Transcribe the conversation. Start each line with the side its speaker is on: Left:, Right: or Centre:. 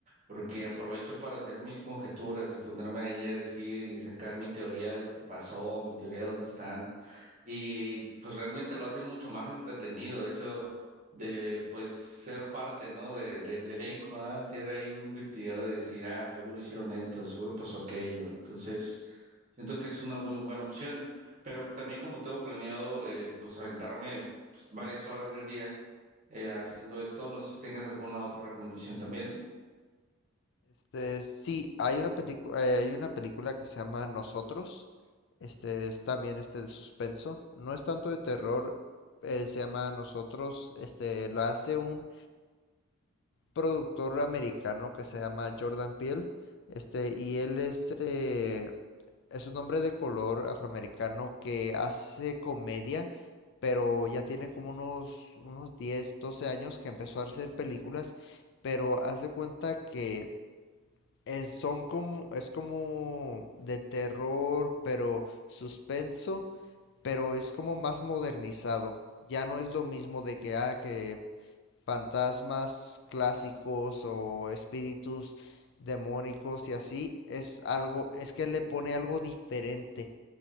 Right: porque aprovecho para hacer mis conjeturas y ponerme ahí a decir y sacar mi teoría de lo que pasó, mi teoría de dónde están. Y pues realmente lo hace mucho más entretenido eso de pues ser parte, ¿no? De, del elenco, ¿ah? Ser ahí un investigador y decir, ah, seguro hicieron esto, seguro pasó aquello. Entonces... Siento que es una muy buena opción, pero también como tengo planeado eh, pues aventarme pues, varias horas del día eh, haciendo esto, no sé si tengas alguna otra recomendación también.
Left: Este, sí, hay una película, hay una película que se llama Nosotros. Este es también este de suspenso. No es tanto de terror, eh, se llama Nosotros. Este, lo hace un productor americano que se llama Jordan Peele, este, y él es, este, es un hombre de color afroamericano que hace comedia, pero ya tiene como unos, unos 10 12 años que empezó a hacer películas, pero haz de cuenta que es, son como, es como de terror, pero suspenso, pero es como más modernizado. Ya no es lo mismo de que, ah, que fantasmas clásicos o espíritus demónicos y así, es algo, es que le pone algo diferente.